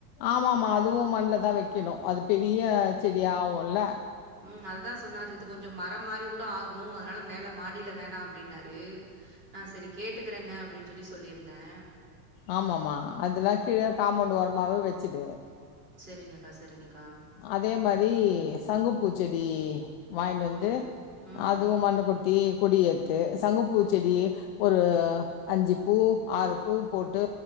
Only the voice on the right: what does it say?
ம் அததா சொன்னாரு இது கொஞ்ச மர மாரி கூட ஆகு அதுனால மேல மாடில வேணா அப்டின்னாரு ஆ சேரி கேட்டுக்கிறேங்க அப்டின் சொல்லி சொல்லிருந்தே
சேரிங்கக்கா சேரிங்கக்கா
ம், ம்,
ம்,